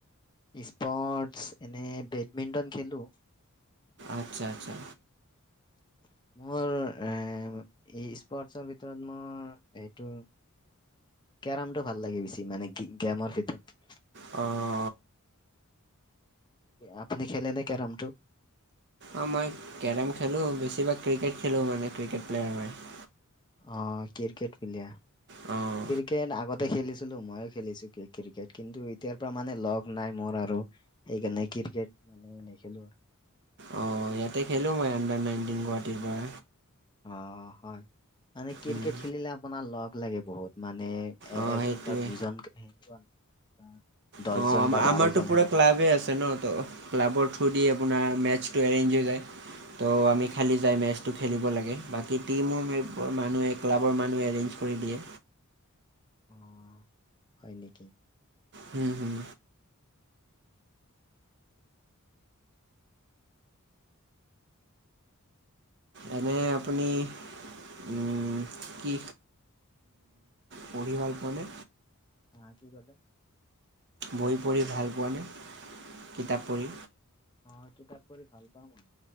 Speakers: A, on the left; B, on the right.
A: স্পৰ্টছ এনে বেডমিন্টন খেলো।
B: আচ্ছা আচ্ছা।
A: <inaudible> মোৰ এ স্পৰ্টচৰ ভিতৰত মোৰ এইটো কেৰম টো ভাল লাগে বেছি মানে গে গেমৰ ভিতৰত
B: অঁ।
A: আপুনি খেলে নে কেৰমটো।
B: অঁ মই কেৰম খেলোঁ বেছিভাগ ক্ৰিকেট খেলোঁ মানে ক্ৰিকেট প্লেয়াৰ হয়।
A: অ ক্ৰিকেট প্লেয়াৰ।
B: অঁ।
A: ক্ৰিকেট আগতে খেলিছিলো ময়ো খেলিছো ক্ৰিকেট কিন্তু এতিয়াৰ পৰা মানে লগ নাই মোৰ আৰু। সেইকাৰণে ক্ৰিকেট মানে নেখেলো আৰু।
B: অ ইয়াতে খেলো মই আণ্ডাৰ নাইনটিন গুৱাহাটীৰ পৰা।
A: অ হয় মানে ক্ৰিকেট
B: উম,
A: খেলিলে আপোনাৰ লগ লাগে বহুত মানে। এ
B: অঁ
A: এজন
B: সেইটোৱে
A: বা দুইজন এনেকুৱা নহয়। দহজন
B: অ আমাৰ
A: বা বাৰজন
B: আমাৰতো পুৰা
A: সেনেকুৱা
B: ক্লাবে
A: লাগে।
B: আছে ন ত। ক্লাবৰ থ্ৰু দি আপোনাৰ মেটচটো এৰেঞ্জ হৈ যায়। ত' আমি খালি যায় মেচটো খেলিব লাগে বাকী টিমো মানুহে ক্লাবৰ মানুহে এৰেঞ্জ। কৰি দিয়ে।
A: অ হয় নেকি।
B: হম হুম।
A: আপুনি
B: এনে আপুনি। উম কি পঢ়ি ভাল পোৱানে।
A: হা কি কলে।
B: বহি পঢ়ি ভাল পোৱা নে কিতাপ পঢ়ি।
A: অ কিতাপ পঢ়ি ভাল পাওঁ মই।